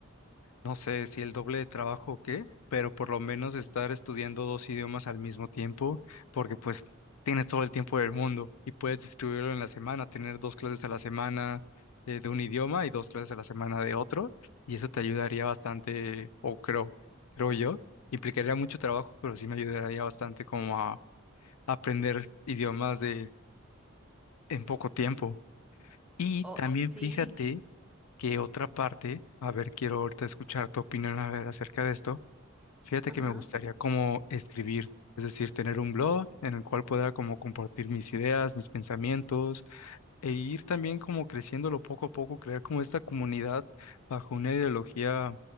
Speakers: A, on the left; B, in the centre.
A: no sé, si el doble de trabajo o qué, pero por lo menos estar estudiando dos idiomas al mismo tiempo, porque pues tienes todo el tiempo del mundo y puedes distribuirlo en la semana, tener dos clases a la semana eh, de un idioma y dos clases a la semana de otro, y eso te ayudaría bastante, o creo, creo yo, implicaría mucho trabajo, pero sí me ayudaría bastante como a aprender idiomas de en poco tiempo. Y
B: O
A: Ok. también
B: sí,
A: fíjate que otra parte, a ver, quiero ahorita escuchar tu opinión a ver acerca de esto. Fíjate
B: ajá.
A: que me gustaría como escribir, es decir, tener un blog en el cual pueda como compartir mis ideas, mis pensamientos e ir también como creciéndolo poco a poco, crear como esta comunidad bajo una ideología